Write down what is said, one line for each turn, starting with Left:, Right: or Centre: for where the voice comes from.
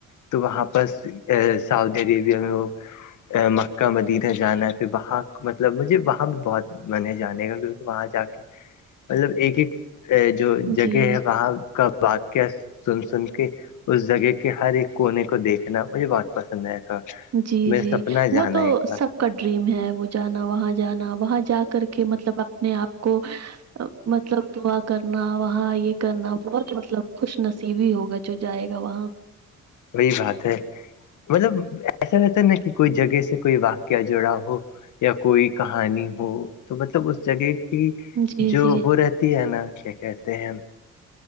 Left: تو وہاں پر سعودی عربیہ میں وہ مکہ مدینہ جانا ہے پھر وہاں مطلب مجھے وہاں بھی بہت میں نے جانے گا کیونکہ وہاں جا کے مطلب ایک ایک جو جگہ
Right: جی
Left: ہے وہاں کا واقع سن سن کے اس جگہ کے ہر ایک کونے کو دیکھنا مجھے بہت پسند ہے ایسا
Right: جی
Left: میرا
Right: جی
Left: سپنا ہے جانا
Right: وہ تو
Left: ایک بار
Right: سب کا ڈریم ہے وہ جانا وہاں جانا وہاں جا کر کے مطلب اپنے آپ کو مطلب دعا کرنا وہاں یہ کرنا بہت مطلب خوش نصیبی ہوگا جو جائے گا وہاں
Left: وہی بات ہے مطلب ایسا رہتا ہے نا کہ کوئی جگہ سے کوئی واقعہ جڑا ہو یا کوئی کہانی ہو تو مطلب اس جگہ کی
Right: جی
Left: جو
Right: جی
Left: وہ رہتی ہے نا کیا کہتے ہیں